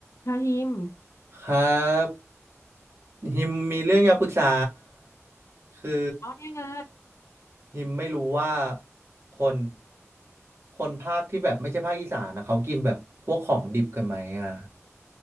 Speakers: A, on the left (about 70°); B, on the right (about 55°).
A: ฮาฮิม
B: ครับฮิมมีเรื่องอยากปรึกษาคือ
A: เอาได้ไง
B: ฮิมไม่รู้ว่าคนคนภาคที่แบบไม่ใช่ภาคอีสานนะเขากินแบบพวกของดิบกันไหมอ่ะ